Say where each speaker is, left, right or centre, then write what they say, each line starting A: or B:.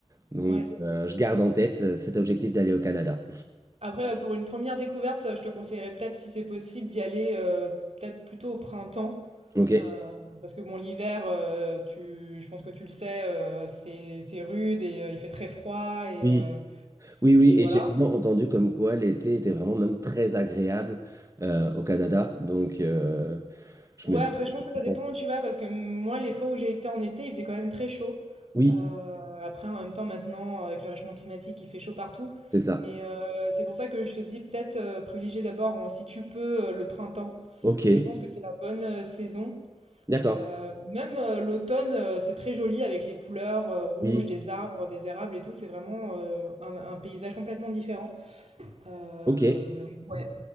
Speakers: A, on the right; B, on the right.
A: Donc
B: Ouais.
A: euh, je garde en tête euh, cet objectif d'aller au Canada.
B: Après, heu, pour une première découverte, je te conseillerais peut-être, si c'est possible, d'y aller, heu, peut-être plutôt au printemps,
A: Ok.
B: heu, parce que bon, l'hiver, heu, tu je pense que tu le sais, heu, c'est c'est rude et heu, il fait très froid et
A: Oui,
B: heu
A: oui, oui,
B: et voilà.
A: et j'ai vraiment entendu comme quoi l'été était vraiment même très agréable euh, au Canada. Donc euh, je
B: Ouais,
A: me dis,
B: après, je pense que ça
A: bon,
B: dépend où tu vas parce que moi, les fois où j'ai été en été, il faisait quand même très chaud.
A: oui,
B: Heu, après, en même temps, maintenant, avec le réchauffement climatique, il fait chaud partout.
A: c'est ça.
B: Mais heu, c'est pour ça que je te dis peut-être, heu, privilégier d'abord, en si tu peux, heu, le printemps
A: Ok,
B: où je pense que c'est la bonne, heu, saison
A: d'accord.
B: Heu, même, heu, l'automne, heu, c'est très joli avec les couleurs, heu, rouges
A: Oui,
B: des arbres, des érables et tout, c'est vraiment, heu, un un paysage complètement différent. Heu,
A: ok,
B: ouais,